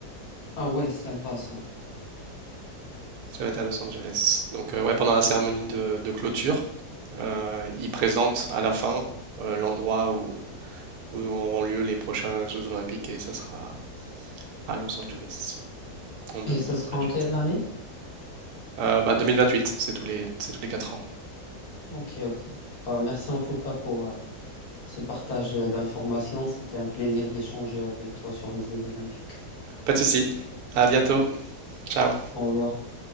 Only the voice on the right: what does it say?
Ça va être à Los Angeles. Donc, euh, ouais, pendant la cérémonie de, de clôture, euh, ils présentent à la fin euh, l'endroit où, où auront lieu les prochains Jeux Olympiques et ça sera à Los Angeles en 2028.
Euh, bah, 2028, c'est tous les, c'est tous les 4 ans.
Pas de souci. À bientôt. Ciao.